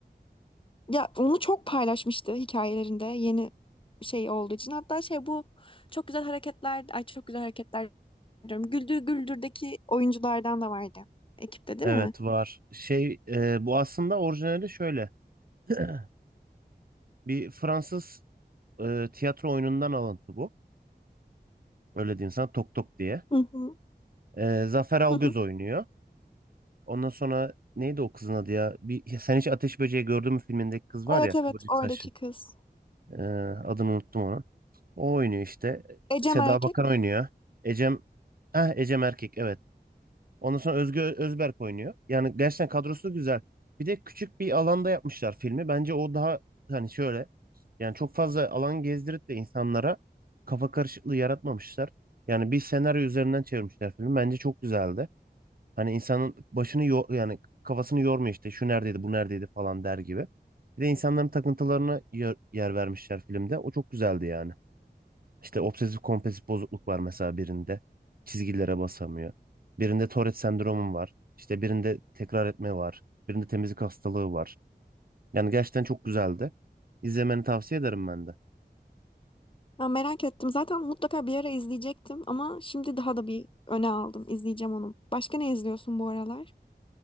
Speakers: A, on the left; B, on the right.
A: Ya onu çok paylaşmıştı hikayelerinde yeni şey olduğu için. Hatta şey bu çok güzel hareketler, ay çok güzel hareketler diyorum. Güldür Güldür'deki oyunculardan da vardı. Ekipte değil
B: Evet,
A: mi?
B: var. Şey, e, bu aslında orijinali şöyle. <clears throat> Bir Fransız e, tiyatro oyunundan alıntı bu. Öyle diyeyim sana, Tok Tok diye.
A: Hı hı.
B: E, Zafer Algöz
A: Hı hı.
B: oynuyor. Ondan sonra neydi o kızın adı ya? Bir, Sen hiç Ateş Böceği gördün mü filmindeki kız var
A: Evet
B: ya,
A: evet
B: kıvırcık
A: oradaki
B: saçlı.
A: kız.
B: E, adını unuttum onu. O oynuyor işte.
A: Ecem
B: Seda
A: erkek.
B: Bakan oynuyor. Ecem Heh, Ecem Erkek evet. Ondan sonra Özge Ö- Özberk oynuyor. Yani gerçekten kadrosu güzel. Bir de küçük bir alanda yapmışlar filmi. Bence o daha hani şöyle yani çok fazla alan gezdirip de insanlara kafa karışıklığı yaratmamışlar. Yani bir senaryo üzerinden çevirmişler filmi. Bence çok güzeldi. Hani insanın başını yo- yani kafasını yormuyor işte şu neredeydi bu neredeydi falan der gibi. Bir de insanların takıntılarına yer, yer vermişler filmde. O çok güzeldi yani. İşte obsesif kompulsif bozukluk var mesela birinde. Çizgilere basamıyor. Birinde Tourette sendromu var. İşte birinde tekrar etme var. Birinde temizlik hastalığı var. Yani gerçekten çok güzeldi. İzlemeni tavsiye ederim ben de.
A: Ben merak ettim. Zaten mutlaka bir ara izleyecektim ama şimdi daha da bir öne aldım. İzleyeceğim onu. Başka ne izliyorsun bu aralar?